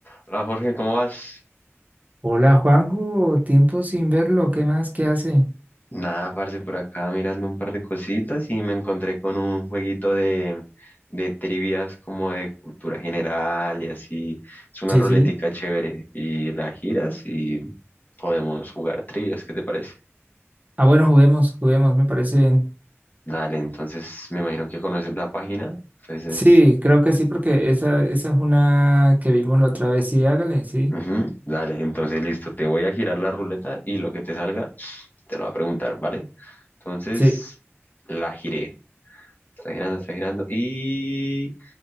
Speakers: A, on the left (about 40°); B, on the right (about 35°).
A: Hola Jorge, ¿cómo vas?
B: Hola Juanjo, tiempo sin verlo, ¿qué más? ¿Qué hace?
A: Nada, parce, por acá mirando un par de cositas y me encontré con un jueguito de, de trivias como de cultura general y así. Es una
B: Sí,
A: ruletica
B: sí.
A: chévere y la giras y podemos jugar trivias, ¿qué te parece?
B: Ah, bueno, juguemos, juguemos, me parece bien.
A: Dale, entonces me imagino que conoces la página. Entonces,
B: Sí, creo que sí, porque esa, esa es una que vimos la otra vez. Sí, hágale, sí.
A: ujú, dale, entonces listo, te voy a girar la ruleta y lo que te salga te lo va a preguntar, ¿vale? Entonces,
B: Sí,
A: la giré. Está girando, está girando y...